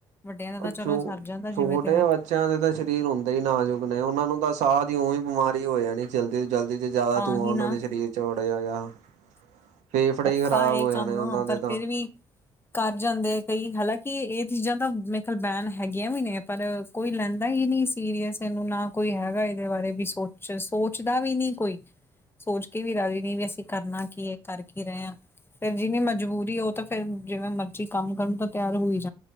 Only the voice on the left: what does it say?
ਵੱਡਿਆਂ ਦਾ ਤਾਂ
ਚਲੋ
ਸਰ ਜਾਂਦਾ
ਜਿਵੇਂ ਤਿਵੇਂ
ਤਾਂ
ਹੀ
ਨਾ
ਔਖਾ
ਹੈ
ਕੰਮ
ਪਰ
ਫਿਰ
ਵੀ ਕਰ ਜਾਂਦੇ ਆ ਕਈ ਹਾਲਾਂਕਿ ਇਹ ਚੀਜ਼ਾਂ ਤਾਂ ਮੇਰੇ ਖਿਆਲ ਬੈਨ ਹੈਗੀਆਂ ਵੀ ਨੇ ਪਰ ਕੋਈ ਲੈਂਦਾ ਹੀ ਨਹੀਂ ਸੀਰੀਅਸ ਇਹਨੂੰ ਨਾ ਕੋਈ ਹੈਗਾ ਇਹਦੇ ਬਾਰੇ ਵੀ ਸੋਚ ਸੋਚਦਾ ਵੀ ਨਹੀਂ ਕੋਈ। ਸੋਚ ਕੇ ਵੀ ਰਾਜੀ ਨਹੀ ਵੀ ਅਸੀਂ ਕਰਨਾ ਕੀ ਹੈ। ਕਰ ਰਹੇ ਹਾਂ ਫੇਰ ਜਿਹਨੀ ਮਜਬੂਰੀ ਉਹ ਤਾਂ ਫੇਰ ਜਿਵੇਂ ਮਰਜੀ ਕੰਮ ਕਰਨ ਤਾਂ ਤਿਆਰ ਹੋਈ ਸੀ।